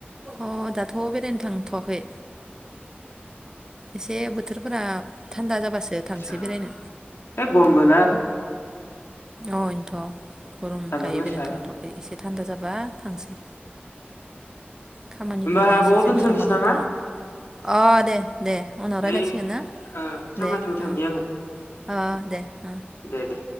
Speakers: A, on the right (about 15°); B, on the left (about 85°).
A: अ दाथ' बेरायनो थांथ'वाखै। एसे बोथोरफोरा थान्दा जाबासो थांसै
B: सा
A: बेरायनो
B: ए गमबोना आरो
A: अ इनथ'। गरमखाय
B: सान्दुं गोसा
A: बेरायनो थांथ'वाखै एसे थान्दा जाबा थांसै। खामानिफोरा
B: होमबा आब'
A: इसे जोबस्रांबा
B: दोनथ'नोसै नामा
A: न'फोराव अ दे दे उनाव
B: ओइ
A: रायलायसिगोन ना
B: ओ खामानियाव
A: दे।
B: थांनि
A: अ
B: आङो
A: दे ओ।
B: दे दे।